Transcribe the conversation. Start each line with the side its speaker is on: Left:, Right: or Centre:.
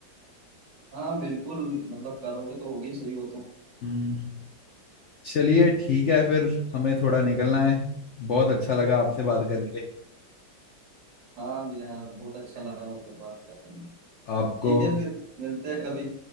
Right: हाँ बिल्कुल मतलब करोगे तो होगी सही हो तुम
Left: हम्म चलिए ठीक है फिर हमें थोड़ा निकलना है बहुत अच्छा लगा आपसे बात करके
Right: हाँ भैया बहुत अच्छा लगा आपको बात करने में।
Left: आपको
Right: ठीक है फिर मिलते हैं कभी